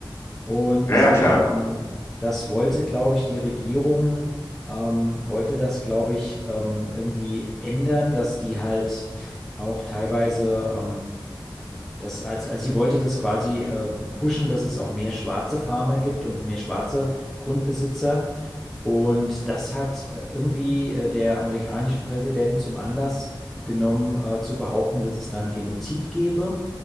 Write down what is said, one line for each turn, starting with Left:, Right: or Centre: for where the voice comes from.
Centre: Und
Left: Ja, ja, klar.
Centre: ähm, das wollte, glaube ich, die Regierung, ähm, wollte das, glaube ich, ähm, irgendwie ändern, dass die halt auch teilweise, ähm, das als, also sie wollte das quasi ähm, pushen, dass es auch mehr schwarze Farmer gibt und mehr schwarze Grundbesitzer. Und das hat äh, irgendwie äh, der amerikanische Präsident zum Anlass genommen, äh, zu behaupten, dass es da einen Genozid gebe